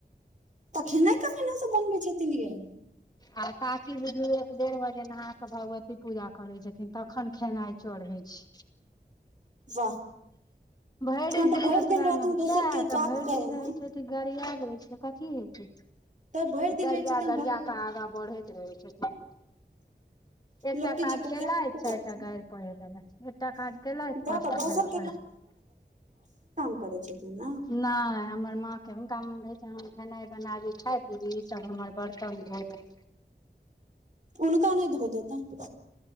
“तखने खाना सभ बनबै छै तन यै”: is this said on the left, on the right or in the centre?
Right